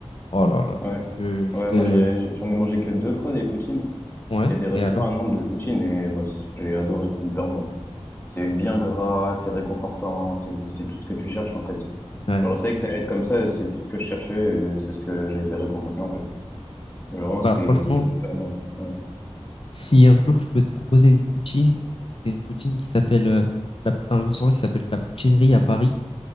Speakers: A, on the left (about 55°); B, on the left (about 20°).
A: Oh là là,
B: Ouais.
A: je, je
B: Ouais,
A: te...
B: moi, j'ai- j'en ai mangé que deux fois des poutines.
A: Ouais,
B: Il y a des restaurants
A: et alors?
B: à Nantes de poutine et bah, c- j'ai adoré, c'est hyper bon. C'est bien gras, c'est réconfortant, c'est c'est tout ce que tu cherches en fait.
A: Ouais.
B: Genre, je savais que ça allait être comme ça et c'est tout ce que je cherchais et c'est ce que j'ai été récompensé en fait. Genre, vraiment,
A: Bah
B: c'était
A: franchement,
B: c'était super bon. Ouais.
A: Si un jour je peux te proposer une poutine, c'est une poutine qui s'appelle euh, la- un restaurant qui s'appelle La Poutinerie à Paris